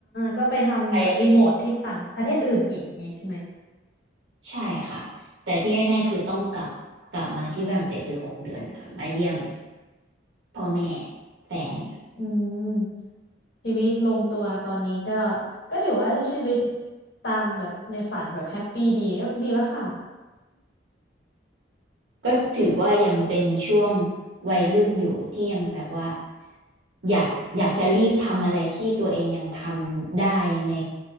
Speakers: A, on the left; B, on the right.
A: ก็ไปทำแบบรีโมทที่ต่างประเทศอื่นอีกอย่างนี้ใช่ไหม
B: ไป ใช่ค่ะแต่ที่แน่ๆคือต้องกลับกลับมาที่ฝรั่งเศสคือหกเดือนค่ะมาเยี่ยมพ่อแม่แฟน
A: อืมชีวิตลงตัวตอนนี้ก็ก็ถือว่าใช้ชีวิตตามแบบในฝันแบบแฮปปี้ดีก็ดีแล้วค่ะ
B: ก็ถือว่ายังเป็นช่วงวัยรุ่นอยู่ที่ยังแบบว่าอยากอยากจะรีบทำอะไรที่ตัวเองยังทำได้ใน